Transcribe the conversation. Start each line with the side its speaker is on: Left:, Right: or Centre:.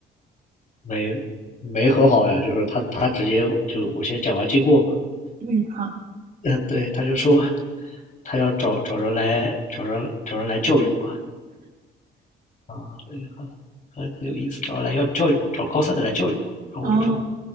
Left: 没没和好呀，就是他他直接就我先讲完经过吧，
Right: 嗯，好。
Left: 呃对，他就说他要找找人来找人找人来教育我啊，对，很很很有意思，找人来要教育我，找高三的来教育我，然后我就说
Right: 哦，